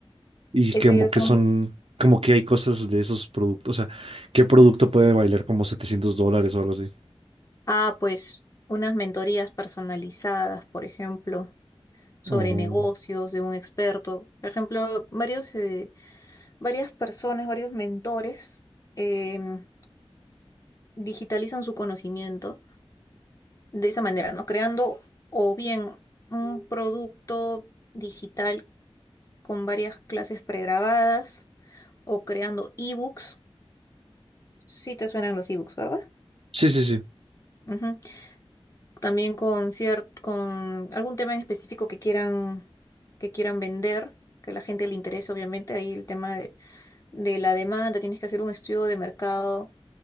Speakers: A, on the right (about 70°); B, on the left (about 35°).
A: Y
B: Eso
A: que como
B: ya son,
A: que son, como que hay cosas de esos productos. O sea, ¿qué producto puede valer como 700 dólares o algo así?
B: ah, pues unas mentorías personalizadas, por ejemplo, sobre
A: Oh.
B: negocios de un experto. Por ejemplo, varios, eh, varias personas, varios mentores em, digitalizan su conocimiento de esa manera, ¿no? Creando o bien un producto digital con varias clases pregrabadas o creando ebooks. Sí te suenan los ebooks, ¿verdad?
A: Sí, sí, sí.
B: Ujú. También con cier- con algún tema en específico que quieran, que quieran vender, que a la gente le interese, obviamente, ahí el tema de, de la demanda, tienes que hacer un estudio de mercado